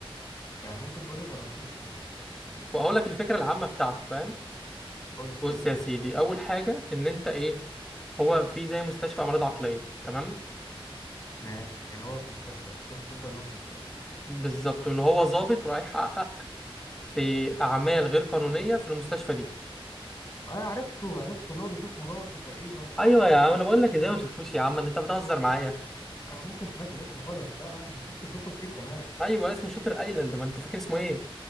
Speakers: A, on the left; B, in the centre.
A: يعني ممكن تقولي طراطيش كده
B: اقول لك الفكرة العامة بتاعته فاهم
A: قول لي كده
B: بص
A: طيب
B: يا سيدي اول حاجة ان انت ايه هو في زي مستشفى امراض عقلية تمام
A: ماشي يعني هو في مستشفى القصه تبدا ان هو في مستشفى
B: بالظبط ان هو ظابط رايح يحقق في اعمال غير قانونية في المستشفى دي
A: اه عرفته عرفته اللي هو بيشوف مراته تقريبا
B: ايوه
A: وال...
B: يا عم انا بقول لك ازاي ما شفتوش يا عم ان انت بتهزر معايا
A: انا ممكن سمعت الاسم غلط لا انا لما شفته شفته كتير كمان
B: ايوه اسمه شاتر ايلاند ما انت فاكر اسمه ايه